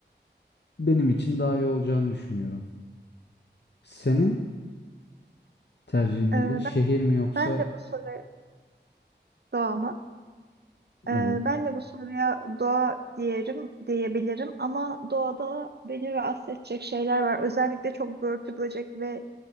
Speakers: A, on the left (about 65°); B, on the right (about 60°).
A: benim için daha iyi olacağını düşünüyorum. Senin tercihin
B: Ee,
A: nedir? Şehir
B: ben,
A: mi yoksa
B: ben de bu soru doğama Ee,
A: evet.
B: ben de bu soruya doğa diyelim, diyebilirim ama doğada beni rahatsız edecek şeyler var. Özellikle çok börtü böcek ve